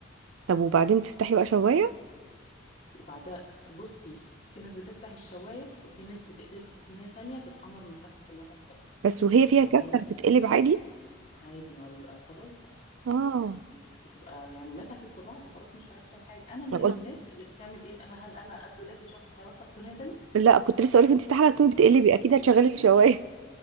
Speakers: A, on the right; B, on the left.
A: طب وبعدين تفتحي بقى شوايه
B: وبعدها بصي في ناس بتفتح الشواية وفي ناس بتقلبها في صينية تانية تتحمر من تحت في الناحية التانية
A: بس وهي فيها
B: يعني
A: كاستر
B: هي
A: تتقلب عادي
B: عادي ما هو بيبقى خلاص بقى
A: اه
B: ما انتي بتبقى يعني مسكت في بعض خلاص مش هيحصل حاجة أنا من
A: أنا
B: الناس
A: قلت
B: اللي بتعمل إيه أنا هل أنا أبدو لك شخص هيوسخ صينية تانية
A: لا كنت لسه اقولك انت استحاله تكوني بتقلبي اكيد هتشغلي الشوايه